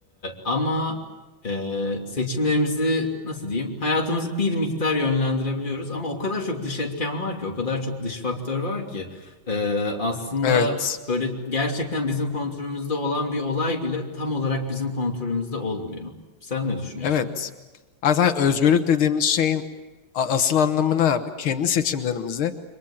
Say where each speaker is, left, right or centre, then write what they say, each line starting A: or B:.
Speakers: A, on the left; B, on the left.
A: ama e, seçimlerimizi nasıl diyeyim? Hayatımızı bir miktar yönlendirebiliyoruz ama o kadar çok dış etken var ki, o kadar çok dış faktör var ki Ee, aslında
B: Evet.
A: böyle gerçekten bizim kontrolümüzde olan bir olay bile tam olarak bizim kontrolümüzde olmuyor. Sen ne düşünüyorsun?
B: Evet. Zaten özgürlük dediğimiz şeyin a- asıl anlamı ne abi? Kendi seçimlerimizi